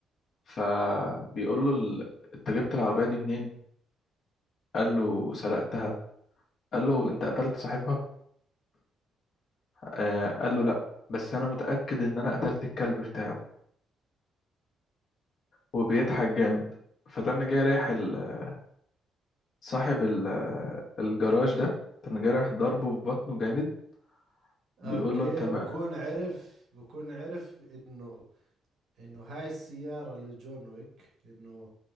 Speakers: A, on the left; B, on the right.
A: فبيقول له ال- أنت جبت العربية دي منين؟ قال له سرقتها قال له أنت قتلت صاحبها؟ آه قال له لأ بس أنا متأكد إن أنا قتلت الكلب بتاعه وبيضحك جامد فتن جاي رايح ال- صاحب ال- الجراج ده كان جارح ضربه في بطنه جامد
B: اوكي
A: بيقول له انت ما
B: بكون عرف بكون عرف انه انه هاي السيارة لجون ويك لانه